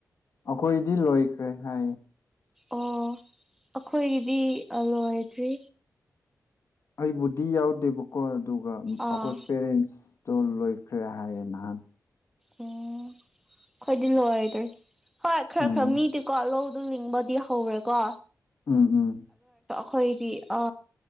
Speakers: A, on the left (about 55°); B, in the centre.
A: ꯑꯩꯈꯣꯏꯗꯤ ꯂꯣꯏꯈ꯭ꯔꯦ ꯍꯥꯏ
B: ꯑꯣ ꯑꯩꯈꯣꯏꯒꯤꯗꯤ ꯂꯣꯏꯗ꯭ꯔꯤ
A: ꯑꯩꯕꯨꯗꯤ ꯌꯥꯎꯗꯦꯕꯀꯣ ꯑꯗꯨꯒ ꯑꯩꯈꯣꯏ
B: ꯑꯥ
A: ꯄꯦꯔꯦꯟꯁ ꯇꯣ ꯂꯣꯏꯈ꯭ꯔꯦ ꯍꯥꯏꯌꯦꯦ ꯅꯍꯥꯟ
B: ꯑꯣ ꯑꯩꯣꯏꯗꯤ ꯂꯣꯏꯗꯣꯏ ꯍꯣꯏ ꯈꯔ
A: ꯎꯝ
B: ꯈꯔ ꯃꯤꯗꯤꯀꯣ ꯂꯧ ꯑꯗꯨ ꯂꯤꯡꯕꯗꯤ ꯍꯧꯔꯦꯀꯣ
A: ꯎꯝ ꯎꯝ
B: ꯍꯣꯏꯗꯤ ꯑ